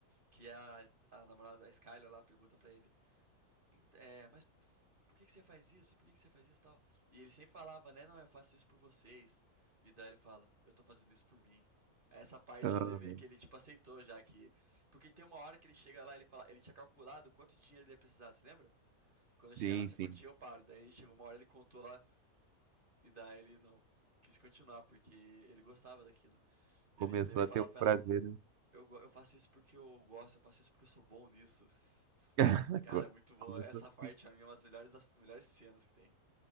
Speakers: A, on the right; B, on the right.
A: Que é a, a namorada da Skyler lá pergunta pra ele. É, mas por que, que você faz isso? Por que, que você faz isso tal? E ele sempre falava, né? Não, eu faço isso por vocês. E daí ele fala, eu tô fazendo isso por mim. É Essa parte
B: Aham.
A: que você vê que ele, tipo, aceitou já que. Porque tem uma hora que ele chega lá, ele fala, ele tinha calculado quanto de dinheiro ele ia precisar, se lembra? Quando eu chegar
B: Sim,
A: nessa
B: sim.
A: quantia eu paro. Daí chegou uma hora ele contou lá, e daí ele não quis continuar, porque ele gostava daquilo. Ele,
B: Começou
A: daí ele
B: a
A: fala
B: ter o prazer,
A: pra ela,
B: né?
A: eu, eu faço isso porque eu gosto, eu faço isso porque eu sou bom nisso.
B: <laughs>
A: <laughs> Cara,
B: Co-
A: muito bom.
B: começou
A: Essa
B: a
A: parte
B: se-
A: pra mim é uma das melhores, das melhores cenas que tem.